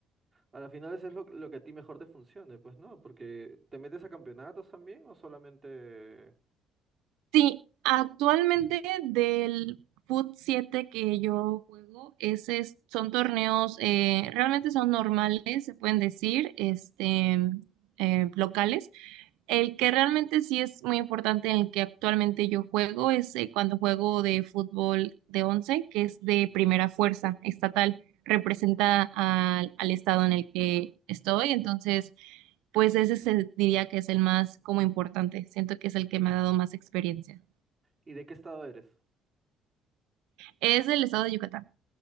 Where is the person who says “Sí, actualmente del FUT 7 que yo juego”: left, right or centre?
Right